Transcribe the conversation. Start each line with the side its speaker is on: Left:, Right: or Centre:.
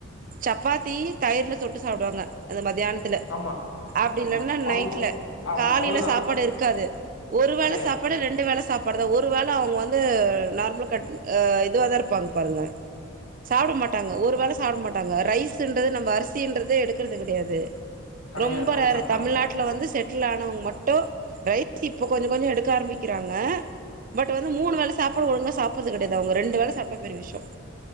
Right: சப்பாத் டீ தயிரல சுட்டு சாப்படுவாங்க அந்த மாதிரி தானத்தில்ல
Left: ஆமா,
Right: அப்படி
Left: ஆமா.
Right: இல்லைன்னா
Left: அவங்களுக்கு
Right: நைட்ல
Left: ஆமா
Right: காலையில
Left: அவ்வளோதான்.
Right: சாப்பாடு இருக்காது ஒரு வேளை
Left: கெடையாது,
Right: சாப்பாடு ரெண்டு வேலை சாப்பாடு ஒரு வேளை அவங்க வந்து நார்மல் இதுவ தான் இருப்பாங்க பாருங்க சாப்பிட மாட்டாங்க ஒரு வேளை சாப்பிட மாட்டாங்க ரைஸ்து நம்ம அரிசித எடுக்கறிறது கிடையாது
Left: கெடையாது.
Right: ரொம்ப
Left: அவங்க
Right: ரேரு
Left: சப்பாத்தி
Right: தமிழ்நாட்டுல
Left: தான்.
Right: வந்து செட்டில் ஆனவங்க மட்டும் ரைஸ் இப்ப கொஞ்சம் கொஞ்சம் எடுக்க ஆரம்பிக்கிறாங்க பட் வந்து மூணு வேலை சாப்பாடு ஒழுங்கா சாப்பது கிடையாது உங்க ரெண்டு வேலை சாப்பிட்ட பெரிய விஷயம்